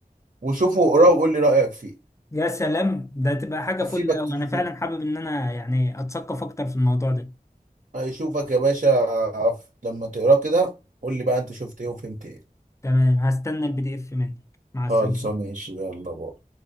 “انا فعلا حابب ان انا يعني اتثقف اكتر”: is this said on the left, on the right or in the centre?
Left